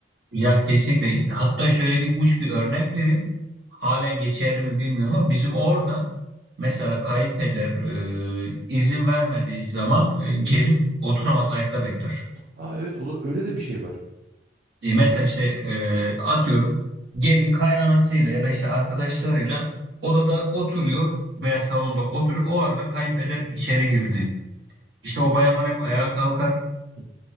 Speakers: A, on the right; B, on the right.
A: ya kesinlikle hatta şöyle bir uç bir örnek vereyim. Halen geçerli mi bilmiyorum ama bizim orada mesela kayınpeder e, izin vermediği zaman e, gelin oturamaz ayakta bekler.
B: Aa evet o da- öyle de bir şey var.
A: E, mesela işte e, atıyorum gelin kaynanasıyla ya da işte arkadaşlarıyla odada oturuyor veya salonda oturuyor. O arada kayınpeder içeri girdi. İşte o bayanlar hep ayağa kalkar.
B: Hı.